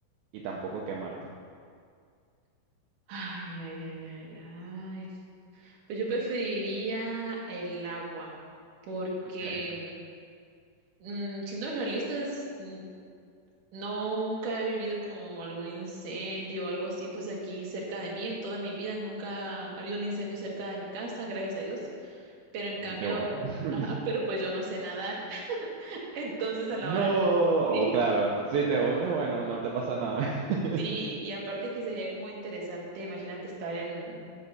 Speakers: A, on the right (about 75°); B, on the right (about 60°).
A: y tampoco quemarte.
B: Ay, ay, ay, ay, ay. Pues yo preferiría el agua, porque
A: Ok,
B: mm, mm, siendo realistas, mm, Nunca he vivido como algún incendio o algo así, pues aquí cerca de mí, en toda mi vida nunca ha habido un incendio cerca de mi casa, gracias a Dios. Pero en cambio,
A: qué bueno.
B: <laughs>
A: <laughs>
B: ajá, pero pues yo no sé nadar, <laughs> entonces a la
A: No,
B: hora de... <laughs> Sí,
A: o claro, si te hundes, bueno, no te pasa nada. <laughs>
B: sí, y aparte que sería como interesante, imagínate estar en,